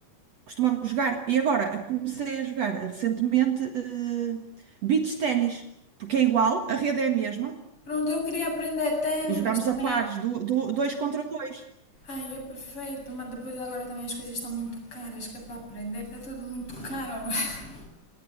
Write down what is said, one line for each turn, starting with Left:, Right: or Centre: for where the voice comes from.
Right: costumamos jogar. E agora comecei a jogar eh, recentemente eh, beach ténis, porque é igual, a rede é a mesma,
Left: Pronto, eu queria aprender ténis,
Right: E jogámos
Left: mas também.
Right: a pares,
Left: é
Right: do, do- dois contra dois.
Left: Ai, é perfeito, mas depois agora também as coisas estão muito caras, que é para aprender, está tudo muito caro agora. <laughs>